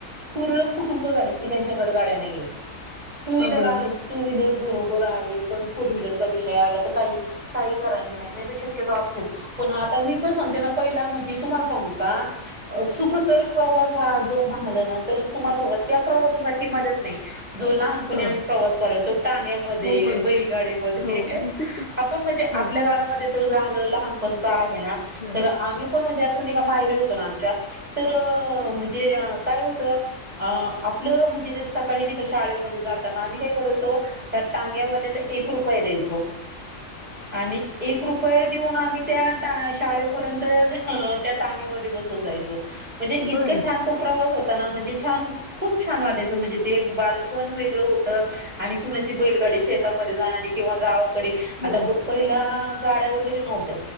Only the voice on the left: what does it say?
हा बरोबर
हा
हो बरोबर
हो हो
हो.
ह
<inaudible> <unintelligible>
बर
हो